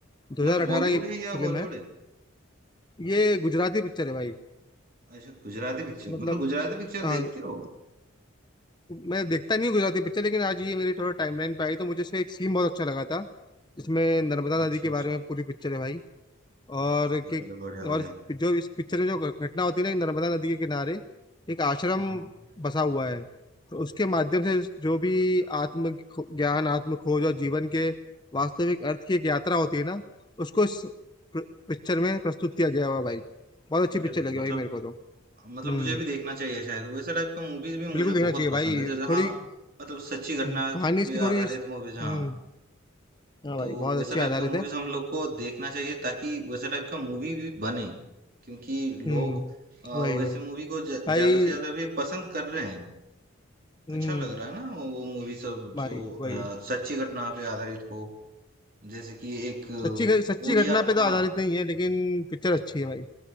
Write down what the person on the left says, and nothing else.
2018
की
फिल्म
है
ये गुजराती पिक्चर है भाई
मतलब
हाँ
मैं देखता नहीं हूँ गुजराती पिक्चर लेकिन आज ये मेरी थोड़ा टाइमलाइन पे आई तो मुझे इसका एक सीन बहुत अच्छा लगा था जिसमें नर्मदा
नदी के
बारे में पूरी पिक्चर है भाई और
कि
और
जो इस पिक्चर में जो घटना होती है ना कि नर्मदा नदी के किनारे एक आश्रम
बसा हुआ है तो उसके माध्यम से जो भी आत्म खो- ज्ञान आत्म खोज और जीवन के वास्तविक अर्थ की एक यात्रा होती है ना उसको इस पिक्चर में प्रस्तुत किया गया हुआ है भाई बहुत अच्छी
पिक्चर
लगी
भाई मेरे को तो
हम्म
बिल्कुल
देखना
चाहिए
भाई
थोड़ी
हम्म, कहानी
इसकी थोड़ी
हम्म
हाँ भाई
बहुत
अच्छी
आधारित
है
हम्म
वही
वही
भाई
हम्म
भाई
वही
सच्ची घ- सच्ची
घटना पे तो
आधारित नहीं है लेकिन पिक्चर अच्छी है भाई